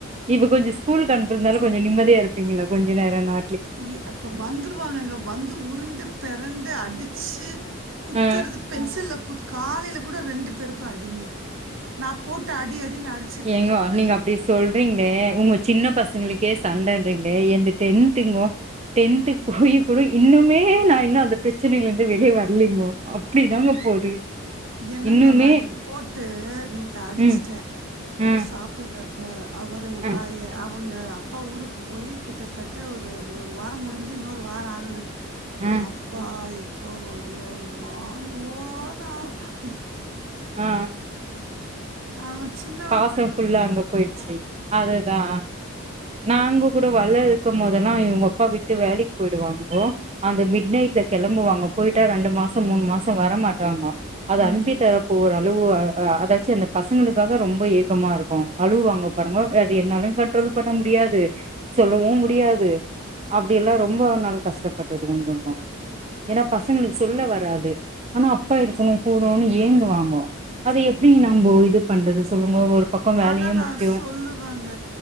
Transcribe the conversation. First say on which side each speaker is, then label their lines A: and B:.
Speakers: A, on the right; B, on the right.
A: இப்ப கொஞ்சோ ஸ்கூல்க்கு அனுப்புறதால கொஞ்சோ நிம்மதியா இருப்பங்களா கொஞ்ச நேரோனா
B: இ அப்ப வந்துருவாங்க வந்து உருண்டு பெரண்டு அடிச்சு குத்துறது
A: ஆ
B: பென்சில குத் காலையில கூட ரெண்டு பேருக்கு அடிங்க நா போட்டு அடி அடினு அடி
A: ஏங்கோ நீங்க அப்டி சொல்றீங்களே உங்க சின்ன பசங்களுக்கே சண்டைன்றிங்க என்து டென்த்துக்கோ டென்த்துக்கு போய் கூட இன்னுமே நா இன்னு அந்த ப்ரச்சனைல இருந்து வெளியே வரலைங்கோ அப்டிதாங்க போது
B: என்னங்க
A: இன்னுமே
B: நா இன்னைக்கு போட்டு நேத்து அடிச்சுட்டே
A: ம் ம்
B: சாப்புட்றப்ப அவரு
A: ம்
B: வாய அவுங்க அப்பா ஊருக்கு போய் கிட்டத்தட்ட ஒரு ஒரு வாரோ முடிஞ்சு இன்னொரு வாரோ ஆகுது
A: ம்
B: அப்பா எப்ப வருவாரும்மானு ஓன்னு அழற ஹ
A: ஆ
B: அவ சின்ன
A: பாச ஃபுல்லா அங்க போய்டுச்சு அதுதா நாங்க கூட வல்ல இருக்கு போதெல்லா இவங்க அப்பா விட்டு வேலைக்கு போய்டுவாங்கோ அந்த மிட் நைட்ல கெளம்புவாங்க போய்ட்டா ரெண்டு மாசோ மூணு மாசோ வர மாட்டாங்கோ அது
B: ம்.
A: அன்பி தரப்போற அளவு அ அதாச்சு அந்த பசங்களுக்காக ரொம்ப ஏக்கமாருக்கு அழுவு வாங்க பாருங்க அது என்னாலியு கண்ட்ரோல் பண்ண முடியாது சொல்லவு முடியாது அப்டில்லா ரொம்ப நாள் கஷ்டப்பட்டது உண்டுங்கோ ஏன்னா பசங்களுக்கு சொல்ல வராது ஆனா அப்பா இருக்கனுன்னு
B: இப்
A: கூடனு ஏங்குவாங்கோ அது எப்டி
B: ஆமாமா.
A: நம்போ இது பண்றது சொல்லுங்கோ ஒரு பக்கோ வேலையு
B: ஆனா நா
A: முக்கியோ
B: சொல்லுவேங்க